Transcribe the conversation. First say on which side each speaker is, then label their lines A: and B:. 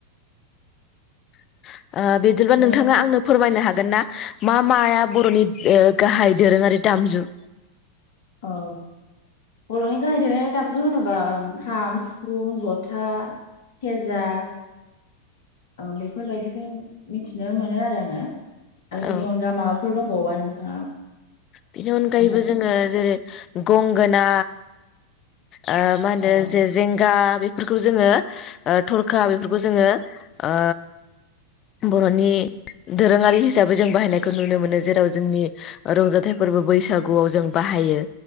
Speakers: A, on the left; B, on the left.
A: <inaudible> ओ बिदिब्ला नोंथाङा
B: ओम
A: आंनो फोरमायनो हागोन। गोन ना मा माया बर'नि ओ गाहाय दोरोङारि दामजु?
B: औ। बर'नि गाहाय दोरोङारि दामजु होनोबा ओं खाम सिफुं ज'था सेरजा। ओ बेफोरबायदिखौ मिथिनो मोनो आरो आङो आरो
A: औ
B: बेनि अनगा माबाफोर दंबावोबा नोंथाङा?
A: बेनि अनगायैबो
B: खोन्थादो
A: जोङो जेरै गंगोना। ओ मा होनदो
B: औ
A: जेे-जेंगा बे बेफोरखौ जोङो ओ थरखा बेफोरखौ जोङो ओ बर'नि दोरोङारि हिसाबै जों बाहायनायखौ नुनो मोनो जेराव जोंनि रंजाथाइ फोरबो बैसागुआव जों बाहायो